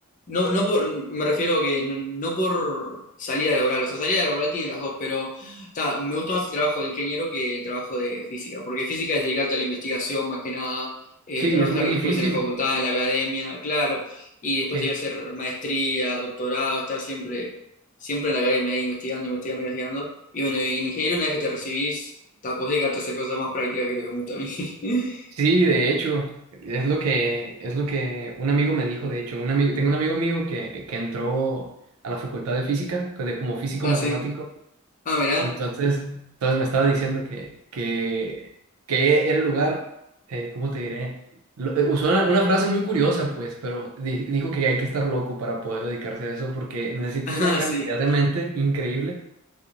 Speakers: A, on the left (about 40°); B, on the right (about 85°).
A: no, no por, me refiero a que no, no por salida laboral, o sea, salida laboral tiene las dos, pero ta, me gusta más el trabajo de ingeniero que el trabajo de física, porque física es dedicarte a la investigación más que nada, eh,
B: Sí,
A: trabajar
B: es muy difícil.
A: después en la facultad, en la academia, claro, y después
B: Sí,
A: hay que hacer maestría, doctorado, estar siempre, siempre en la academia, ahí investigando, investigando, investigando. Y bueno, y en ingeniero una vez que te recibís, ta, podés dedicarte a hacer cosas más prácticas que es lo que me gusta a mí. <laughs>
B: sí, de hecho, es lo que, es lo que un amigo me dijo, de hecho, un amigo, tengo un amigo mío que, que entró a la facultad de física, co- de- como físico
A: Ah,
B: matemático,
A: sí. Ah, mirá.
B: entonces, entonces me estaba diciendo que, que, que era el lugar, eh, ¿cómo te diré? Lo- eh, usó una, una frase muy curiosa, pues, pero di- dijo que hay que estar loco para poder dedicarse a eso, porque necesitas
A: <laughs>
B: una
A: Ah,
B: cantidad
A: sí.
B: de mente increíble